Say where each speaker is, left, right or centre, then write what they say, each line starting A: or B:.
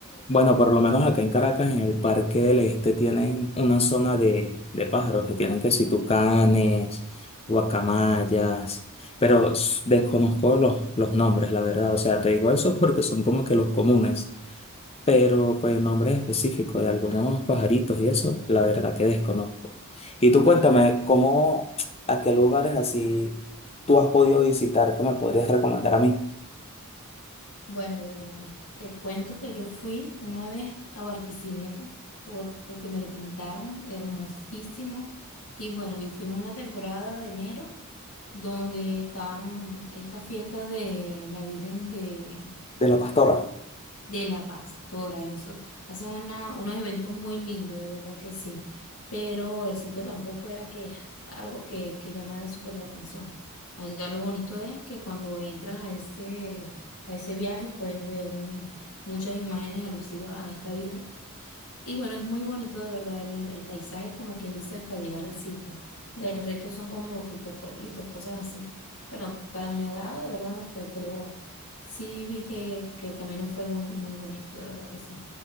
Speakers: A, on the left (about 25°); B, on the left (about 70°).
A: Bueno, por lo menos acá en Caracas, en el Parque del Este, tienen una zona de, de pájaros que tienen que si tucanes, guacamayas, pero s- desconozco los, los nombres, la verdad. O sea, te digo eso porque son como que los comunes. pero con nombres específicos de algunos pajaritos y eso, la verdad que desconozco. Y tú
B: Bueno,
A: cuéntame, ¿cómo, a qué lugares así tú has podido visitar que me podrías recomendar a mí
B: bueno, bueno, bueno. Te cuento que yo fui una vez a Barquisimeto por- porque me lo pintaron hermosísimo. Y bueno, y fui en una temporada de enero donde estaban estas fiestas de la Virgen de,
A: de la pastora?
B: de la Pastora, eso. Hacen una- unos eventos muy lindos, de verdad que sí. Pero el sitio tampoco era que algo que, que llamara súper la atención. Allá lo bonito es que cuando entras a ese, a ese viaje puedes ver mm, muchas imágenes alusivas a esta Virgen y bueno, es muy bonito de verdad el, el paisaje, como quien dice, hasta llegar al sitio. Del resto son como tipo pueblitos, cosas así. Bueno, para mi agrado de verdad no fue, pero sí vi que, que el camino fue muy, muy bonito, de verdad que sí.